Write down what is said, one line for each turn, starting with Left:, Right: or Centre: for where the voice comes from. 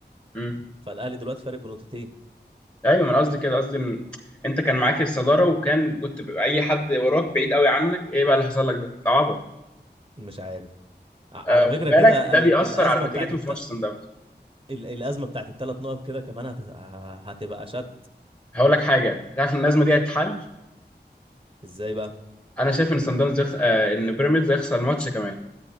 Left: ال-
Right: فالاهلي دلوقتي فارق بنقطتين
Left: ايوه ما انا قصدي كده قصدي ان انت كان معاك الصداره وكان كنت بيبقى اي حد وراك بعيد قوي عنك ايه بقى اللي حصل لك ده ده عبط
Right: مش عارف ع-
Left: آه
Right: على
Left: وخد
Right: فكرة
Left: بالك
Right: كده
Left: ده
Right: آه،
Left: بيأثر
Right: الأزمة
Left: على نتيجتهم
Right: بتاعت الت...
Left: في ماتش سان داونز
Right: ال- الأزمة بتاعت الثلاث نقط كده كمان هت... ه- هتبقى أشد
Left: هقول لك حاجه تعرف ان الازمه دي هتتحل
Right: ازاي بقى
Left: انا شايف ان سان داونز يخس... آه ان بيراميدز هيخسر الماتش كمان